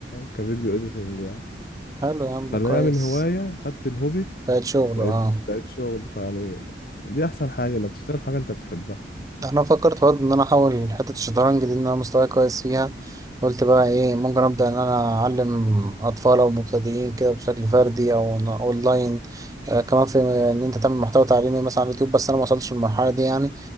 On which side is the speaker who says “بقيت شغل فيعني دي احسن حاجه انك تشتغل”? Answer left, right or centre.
Left